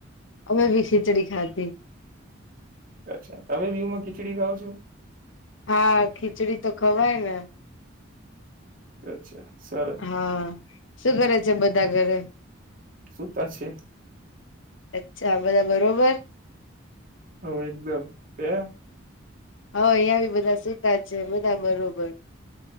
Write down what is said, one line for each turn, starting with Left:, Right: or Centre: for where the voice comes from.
Left: ઓમે બી ખીચડી ખાધી.
Right: અચ્છા તમે બીુ માં ખીચડી ખાવ છો?
Left: હા ખીચડી તો ખવાય ને.
Right: અચ્છા સર
Left: હા, શું કરે છે બધા ઘરે?
Right: શુંતા છે.
Left: અચ્છા બધા બરોબર.
Right: હ એકદમ બે
Left: હ અંયા બી બધા સતા છે બધા બરોબર.